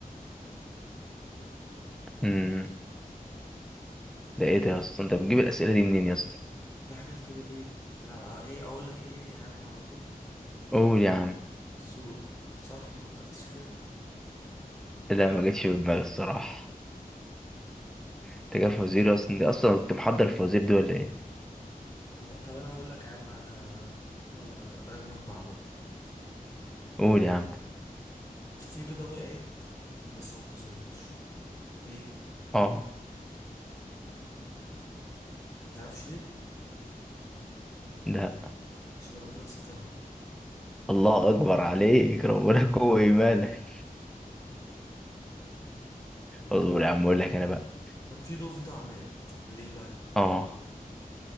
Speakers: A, in the centre; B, on the left.
A: امم ده ايه ده يا اسطى انت بتجيب الأسئلة دي منين يا اسطى
B: دي حاجات كده إيه بتلعب ع- إيه أقول لك إيه هي يا عم على طول
A: قول يا عم
B: الصورة صح مفكرتش فيها
A: لا ما جتش في دماغي الصراحة انت جاي فوازير اصلا انت اصلا كنت محضر الفوازير دي ولا ايه
B: هو- طب انا هقول لك يا عم على بيضة راكبه في بعضها
A: قول يا عم
B: في بيضه وقعت بس ما اتكسرتش ليه
A: اه
B: تعرفش ليه
A: ده
B: عشان ربنا سترها
A: الله اكبر عليك ربنا قوة ايمانك اصبر يا عم اقول لك انا بقى
B: طب في ضفدع مات ليه بقى
A: اه